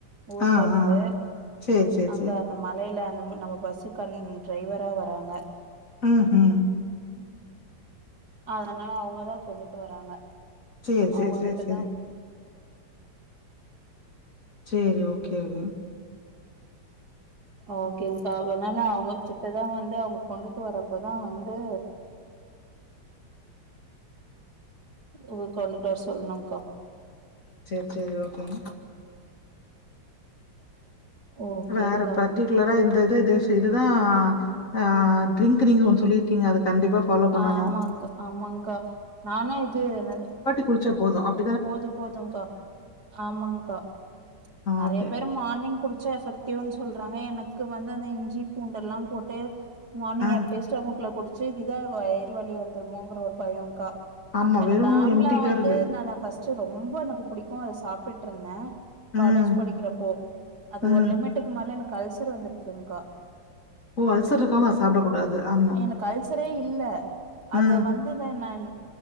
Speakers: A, on the right (about 50°); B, on the left (about 40°).
A: ஊர்ல
B: ஆ,
A: இருந்து
B: ஆ. சேரி, சேரி,
A: அங்க
B: சேரி.
A: அந்த மலையில அந்த நம்ம பஸ் கண் டிரைவரா வராங்க
B: ம்ஹு
A: அதனனால அவங்கதா கொண்டுட்டு வராங்க
B: சேர் சேர்
A: அவங்க
B: சேர்
A: கிட்டதா
B: செரி சேரி ஓகே ஒகே
A: ஓகேங்க்கா அதனால அவங்க கிட்டதா வந்து அவங்க கொண்டுட்டு வரப்பதா வந்து உ கொண்டுட்டு வர சொல்ணுக்கா
B: செரி ஓகேங்
A: ஓகேங்க்கா
B: வேற பட் டிகுலரா இந்த இது இது ச இதுதா ஆ ட்ரிங்க் நீங்க ஒன்னு சொல்லிருக்கீங்க அது கண்டிப்பா ஃபாலோ பண்ணணும்.
A: ஆமாக் ஆமாங்கா நானு இது என்னது
B: புளுச்சா போது அப்
A: போது போதுக்கா ஆமாங்கா நெறைய
B: ஓகே.
A: பேர் மார்னிங் குடிச்சா எஃபெக்டிவ்ன்னு சொல்றாங்க எனக்கு வந்து அந்த இஞ்சி பூண்டெல்லா போட்டு மார்னிங்
B: ம்.
A: எம்ட்டி ஸ்டொமக்குல குடிச்சு இதா வயறு வலி வந்துருமோங்கிற ஒரு பயோங்கா
B: ஆமா
A: எனக்கு
B: வெறும்
A: ஆம்லா
B: எம்டி கருக்கு.
A: வந்து நானா ஃபஸ்ட் ரொம்ப எனக்கு புடிக்கு அத சாப்ட்டுட்ருந்தே காலேஜ்
B: ம்,
A: படிக்கிறப்போ அது
B: ம்.
A: ஒரு லிமிட்டுக்கு மேல எனக்கு அல்சர் வந்துருச்சுங்கக்கா
B: ஓ அல்சர் இருக்கவங்க அத சாப்பிடக்கூடாது. ஆமா.
A: எனக்கு அல்சரே இல்ல அது
B: ம்.
A: வந்துல நான்